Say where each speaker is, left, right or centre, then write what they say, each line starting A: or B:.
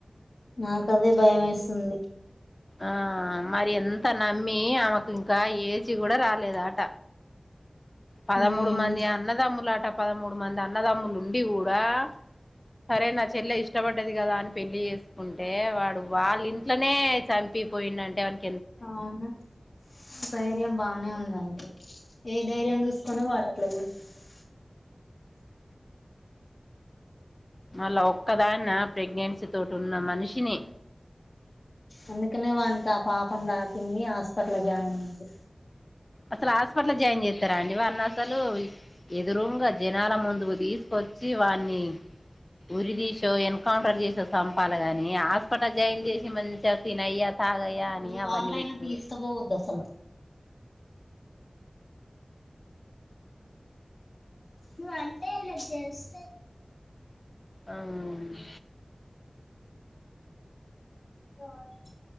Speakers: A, on the left; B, on the left.
A: నాకదే భయ వేస్తుంది.
B: ఆ మరి ఎంత నమ్మి ఆమెకు ఇంకా ఏజీ కూడా రాలేద ఆట పదమూడు
A: ఉమ్
B: మంది అన్నదమ్ములట, పదమూడు మంది అన్నదమ్ములు ఉండి గూడా, సరే నా చెల్లె ఇష్టపడ్డది గదా అని పెళ్లి చేసుకుంటే వాడు వాళ్ళ ఇంట్లోనే చంపిపోయిండ అంటే అన్న
A: అవును ధైర్యం బానే ఉందళ్ళకి ఏ ధైర్యం చూసుకోనో వాడట్ల జేసిండు
B: మళ్ళా ఒక్కదాన్న ప్రెగ్నెన్సీ తోటి ఉన్న మనిషిని
A: అందుకనే వానికి ఆ పాపం దాకింది హాస్పిటల్ జాయిన్ అఇంది
B: అసలు హాస్పిటల్ జాయిన్ చేస్తారా అండి వావన్న అసలు ఎదురు జనాల ముందు తీసుకొచ్చ చ్చివాన్ని ఉరి తీసో ఎన్కౌంటర్ జేసో సంపాల గాని హాస్పిటల్ జాయిన్ చేసి మంచిగ తినయ్యా తాగయ్యా
A: అవును
B: అని అవన్నీ
A: వాళ్ళయినా
B: పెట్టుడు
A: తీసుకపోవద్దు అసలు ను అం తే గ నాక్ తెల్స్
B: అఉమ్
A: వాచ్